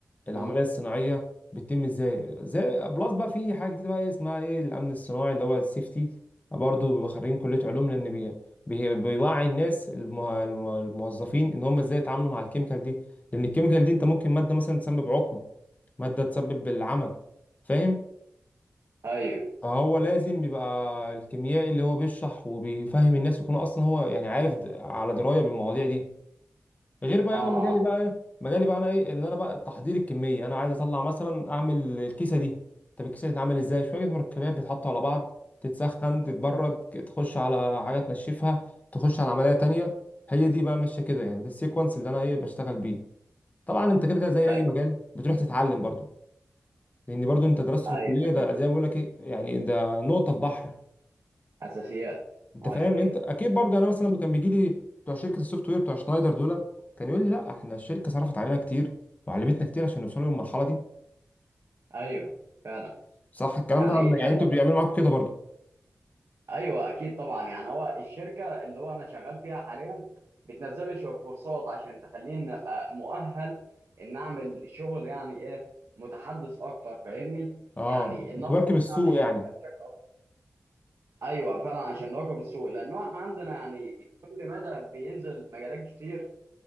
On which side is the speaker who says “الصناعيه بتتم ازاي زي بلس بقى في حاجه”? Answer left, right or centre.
Left